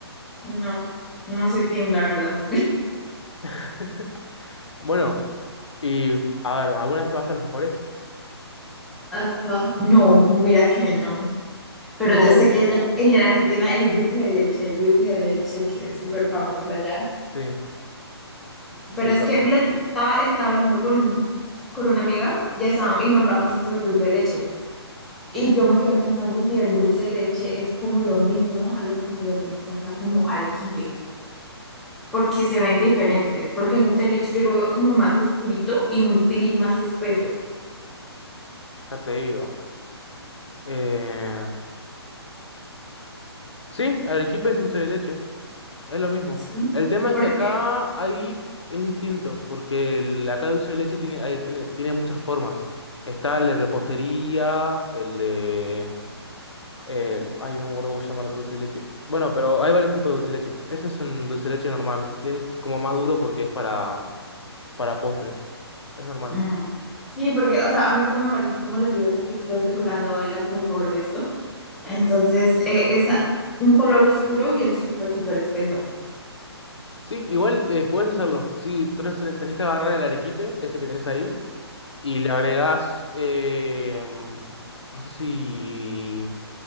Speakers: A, in the centre; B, on the left (about 85°).
A: No, no soy team, la verdad.
B: <laughs> Bueno, y a ver, ¿alguna vez probaste alfajores?
A: Alfajor, no, mira que no. Pero
B: Bueno,
A: yo sé que allá en Argentina el dulce de leche, el dulce de leche que es súper famoso allá.
B: sí, sí,
A: Pero es
B: con-
A: que, mira, estaba, estaba hablando con, con una amiga y, estaba- y nombramos esto del dulce de leche. Y yo me quedé pensando si el dulce de leche es como lo mismo a lo que se le conoce acá como arequipe, porque se ven diferentes, porque el dulce de leche yo lo veo como más oscurito y un tilín más espeso,
B: ya te digo. Eh, sí, arequipe es dulce de leche. Es lo mismo.
A: ¿sí?
B: El tema
A: Porque,
B: es que acá ahí es distinto, porque el- acá dulce de leche tiene, hay- tiene, tiene muchas formas. Está el de repostería, el de... El, ay, no me acuerdo cómo se llama el otro dulce de leche. Bueno, pero hay varios tipos de dulce de leche. Ese es un dulce de leche normal. Es como más duro porque es para, para postres. Es normal.
A: mm, sí, porque, o sea, a mí cuando me aparecen como los videos en TikTok decorando el alfajor o esto, entonces eh, es a- un color oscuro y es súper, súper espeso.
B: Sí, igual eh, puedes hacerlo. Sí, tenés, tenés que agarrar el arequipe, ese que tenés ahí, y le agregás... eh, no sé si...